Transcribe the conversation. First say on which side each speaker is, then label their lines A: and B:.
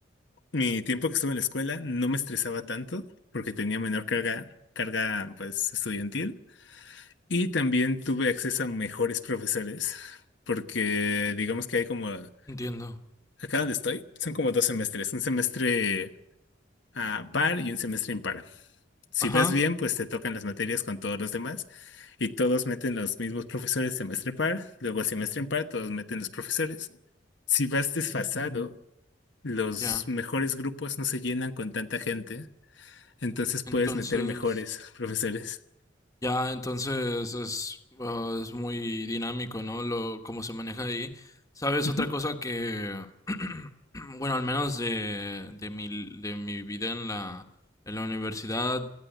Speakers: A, on the left; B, on the left.
A: mi tiempo que estuve en la escuela no me estresaba tanto porque tenía menor carga, carga pues estudiantil y también tuve acceso a mejores profesores porque digamos que hay como acá
B: entiendo.
A: donde estoy son como dos semestres, un semestre a par y un semestre impar. Si
B: Ajá,
A: vas bien, pues te tocan las materias con todos los demás y todos meten los mismos profesores semestre par, luego el semestre impar todos meten los profesores. Si vas desfasado, los
B: ya.
A: mejores grupos no se llenan con tanta gente, entonces puedes
B: Entonces,
A: meter mejores <laughs> profesores.
B: Ya, entonces es, ah, es muy dinámico, ¿no? Lo, cómo se maneja ahí. ¿Sabes?
A: Ujú.
B: Otra cosa que, <clears throat> bueno, al menos de, de mi, de mi vida en la, en la universidad,